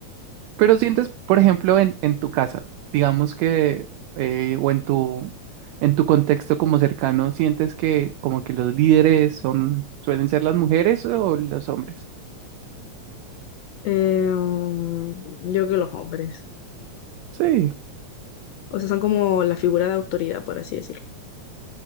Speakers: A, on the right (about 75°); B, on the left (about 75°).
A: Pero sientes, por ejemplo, en, en tu casa, digamos que, eh, o en tu, en tu contexto como cercano, ¿sientes que como que los líderes son, suelen ser las mujeres o los hombres?
B: Eh, um, yo creo que los hombres.
A: Sí,
B: O sea, son como la figura de autoridad, por así decirlo,